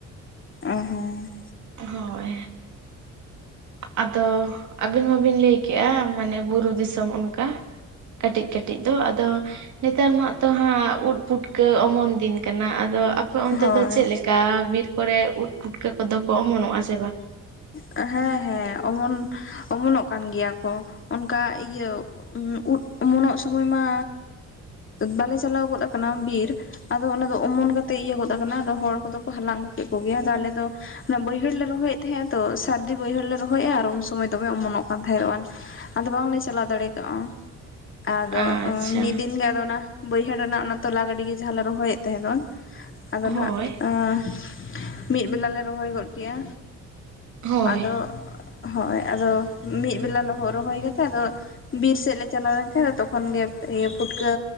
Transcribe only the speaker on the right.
ᱦᱳᱭ᱾ ᱟᱫᱚ ᱟᱵᱤᱱ ᱢᱟᱵᱤᱱ ᱞᱟᱹᱭᱠᱮᱜ-ᱟ ᱢᱟᱱᱮ ᱵᱩᱨᱩ ᱫᱤᱥᱚᱢ ᱚᱱᱠᱟ᱾ ᱠᱟᱹᱴᱤᱜ ᱠᱟᱹᱴᱤᱜ ᱫᱚ ᱟᱫᱚ᱾ ᱱᱮᱛᱟᱨ ᱢᱟᱜ ᱛᱚ ᱦᱟᱸᱜ ᱩᱫ ᱯᱩᱴᱠᱟᱹ ᱚᱢᱚᱱ ᱫᱤᱱ ᱠᱟᱱᱟ ᱟᱫᱚ ᱟ ᱫᱚ ᱚᱱᱛᱮ
ᱫᱚ ᱪᱮᱜ ᱞᱮᱠᱟ ᱵᱤᱨ ᱠᱚᱨᱮ ᱩᱫ ᱯᱩᱴᱠᱟᱹ ᱠᱚᱫᱚ ᱠᱚ ᱚᱢᱚᱱᱚᱜ-ᱟ ᱥᱮ ᱵᱟᱝ᱾
ᱟᱪᱪᱷᱟ
ᱦᱳᱭ
ᱦᱳᱭ